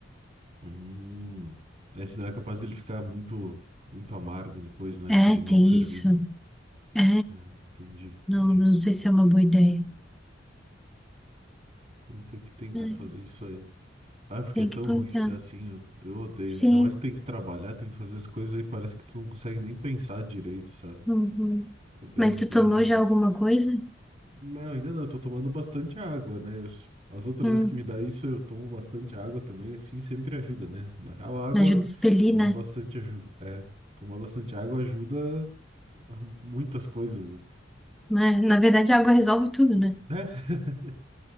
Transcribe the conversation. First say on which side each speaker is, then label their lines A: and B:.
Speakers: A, on the right; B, in the centre.
A: Hum, né? Senão é capaz dele ficar muito, muito amargo depois, né?
B: É,
A: Esse limão
B: é, tem
A: fervido.
B: isso. É,
A: Ah, entendi,
B: não,
A: entendi.
B: não sei se é uma boa ideia.
A: Vamos ter que tentar
B: É,
A: fazer isso aí. Ah, é porque
B: tem
A: é tão
B: que tentar.
A: ruim ficar assim, eu, eu odeio.
B: Sim.
A: Ainda mais tem que trabalhar, tem que fazer as coisas aí, parece que tu não consegue nem pensar direito, sabe?
B: uhum.
A: É bem,
B: Mas tu
A: bem
B: tomou
A: ruim
B: já
A: mesmo.
B: alguma coisa?
A: Não, ainda não, eu tô tomando bastante água, né? Eu- as outras
B: Hum,
A: vezes que me dá isso, eu tomo bastante água também, assim, sempre ajuda, né? Na real, a água,
B: ajuda a expelir,
A: tomar
B: né?
A: bastante ajuda, é, tomar bastante água ajuda <laughs> a muitas coisas, né?
B: Mas, na verdade, a água resolve tudo, né?
A: Né? <laughs>